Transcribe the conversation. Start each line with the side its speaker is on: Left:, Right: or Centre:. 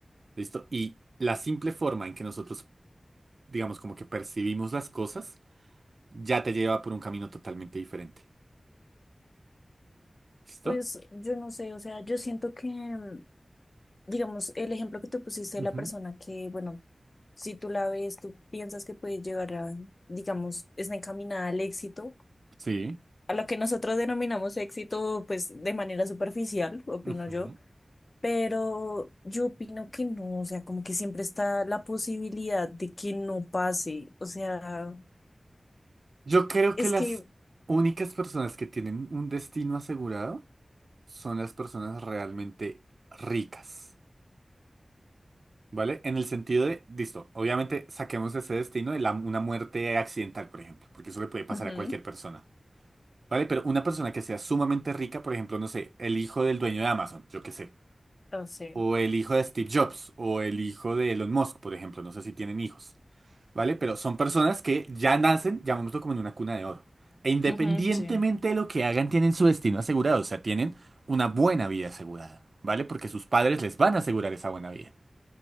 Right: ¿Listo? Y la simple forma en que nosotros, digamos, como que percibimos las cosas, ya te lleva por un camino totalmente diferente. ¿Listo?
Left: Pues yo no sé, o sea, yo siento que, mm, digamos, el ejemplo que tú pusiste de
Right: Ujú,
Left: la persona que, bueno, si tú la ves, tú piensas que puede llegar a, digamos, está encaminada al éxito,
Right: Sí.
Left: a lo que nosotros denominamos éxito, pues de manera superficial, opino
Right: ujú.
Left: yo, pero yo opino que no, o sea, como que siempre está la posibilidad de que no pase, o sea,
Right: Yo creo
Left: es
Right: que las
Left: que,
Right: únicas personas que tienen un destino asegurado son las personas realmente ricas, ¿vale? En el sentido de, listo, obviamente saquemos ese destino de la- una muerte accidental, por ejemplo, porque eso le puede pasar
Left: ujú,
Right: a cualquier persona, ¿vale? Pero una persona que sea sumamente rica, por ejemplo, no sé, el hijo del dueño de Amazon, yo qué sé,
Left: no sé,
Right: o el hijo de Steve Jobs, o el hijo de Elon Musk, por ejemplo, no sé si tienen hijos. ¿vale? Pero son personas que ya nacen, llamémoslo como en una cuna de oro. E independientemente
Left: ujú, sí.
Right: de lo que hagan, tienen su destino asegurado, o sea, tienen una buena vida asegurada, ¿vale? Porque sus padres les van a asegurar esa buena vida.